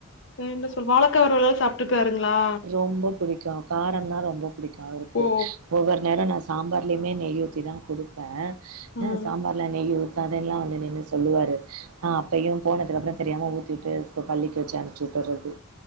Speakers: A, on the left (about 55°); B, on the right (about 85°).
A: என்ன சொல் வாழக்கா வருவலெல்லா சாப்டுக்குறாருங்ளா
B: ரொம்ப புடிக்கு காரோ தா ரொம்ப புடிக்கு அவருக்கு
A: ஓ
B: ஒவ்வொரு நேரோ நா சாம்பார்லயுமே நெய் ஊத்தி தா குடுப்பே உ
A: ம்
B: சாம்பார் ல நெய்யி ஊத்தாதனெல்லா வந்து நின்னு சொல்லுவாரு ஆ அப்ப இவ போனதுக்கு அப்பறோ தெரியாம ஊத்திட்டு பள்ளிக்கு வெச்சி அனுப்ச்சு விட்டுர்றது